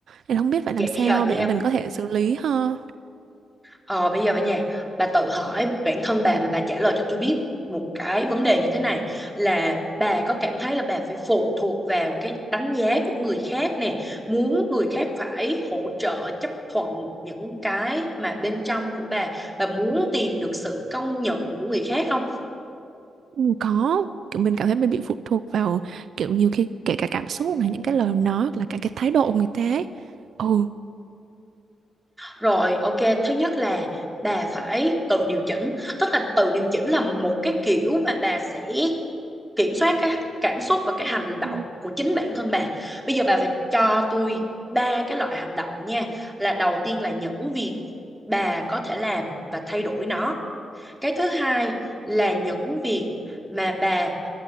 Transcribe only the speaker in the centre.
vậy
bây giờ nha
Ờ, bây giờ bà nhà bà tự hỏi bản thân bà và bà trả lời cho tôi biết một cái vấn đề như thế này là bà có cảm thấy là bà phải phụ thuộc vào cái đánh giá của người khác nè muốn người khác phải hỗ trợ chấp thuận những cái mà bên trong của bà bà muốn tìm được sự công nhận của người khác không
rồi ok thứ nhất là bà phải tự điều chỉnh tức là tự điều chỉnh là một cái kiểu mà bà sẽ kiểm soát cái cảm xúc và cái hành động
của chính bản thân bà bây giờ bà phải cho tôi ba cái loại hành động nha là đầu tiên là những việc bà có thể làm và thay đổi nó cái thứ hai là những việc mà bà